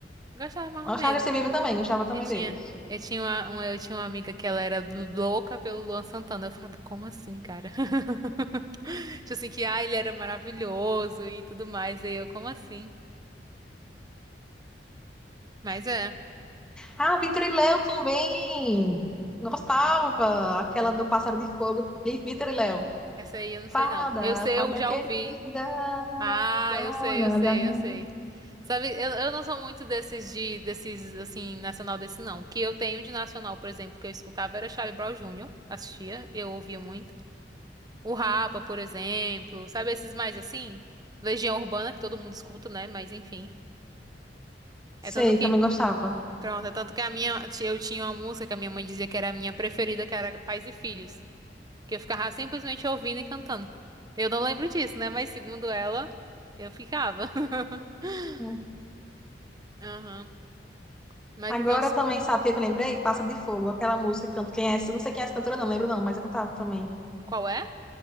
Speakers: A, on the right; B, in the centre.
A: Gostava mais
B: Gostava
A: ou menos.
B: desse Bieber também, gostava também
A: Eu tinha,
B: dele.
A: eu tinha uma, uma- eu tinha uma amiga que ela era louca pelo Luan Santana. Eu ficava, como assim, cara? <laughs> Tipo assim, que ah, ele era maravilhoso e tudo mais. E eu, como assim? Mas é.
B: Ah, Vitor e Léo também. Gostava. Aquela do Pássaro de Fogo, e Vitor e Léo.
A: Essa aí eu não
B: Fada,
A: sei não. Eu sei,
B: fada
A: eu já
B: querida,
A: ouvi. Ah,
B: dona
A: eu sei, eu sei,
B: da minha
A: eu sei.
B: vida.
A: Sabe, eu, eu não sou muito desses de desses assim nacional desse não. O que eu tenho de nacional, por exemplo, que eu escutava era Charlie Brown Jr. Assistia, eu ouvia muito. O Rapa, por exemplo, sabe esses mais assim? Legião Urbana que todo mundo escuta, né? Mas enfim. É
B: Sei,
A: tanto que,
B: também gostava.
A: pronto, é tanto que a minha eu tinha uma música que a minha mãe dizia que era a minha preferida, que era Pais e Filhos. Que eu ficava simplesmente ouvindo e cantando. Eu não lembro disso, né? Mas segundo ela, eu ficava. <laughs>
B: Hum.
A: Aham. Mas
B: Agora
A: então,
B: também, sabe o que eu lembrei? Pássaro de Fogo, aquela música, canto quem é, essa? não sei quem é essa cantora, não lembro não, mas eu cantava também.
A: qual é?